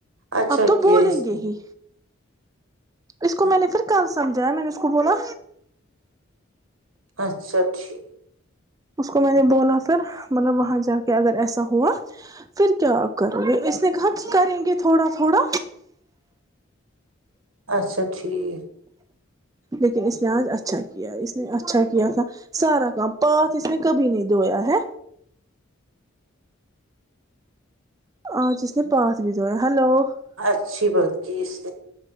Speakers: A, on the right (about 85°); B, on the right (about 15°).
A: اچھا
B: اب تو
A: کیا
B: بولیں
A: اس
B: گے
A: نے
B: ہی اس کو
A: ہاں،
B: میں نے پھر کہاں سے سمجھایا میں نے اس کو بولا
A: اچھاچ پکچھی
B: اس کو میں نے بولا پھر مطلب وہاں جا کے اگر ایسا ہوا پھر کیا آپ کرو گے اس نے کہا کریں گے تھوڑا تھوڑا
A: اچھا ٹھیک
B: لیکن اس نے آج اچھا کیا اس نے اچھا کیا تھا سارا کام پاتات اس نے کبھی نہیں دھویا ہے آ جس نے پاس بھی دھویا ہلو ہوں
A: اچھی بات کی اس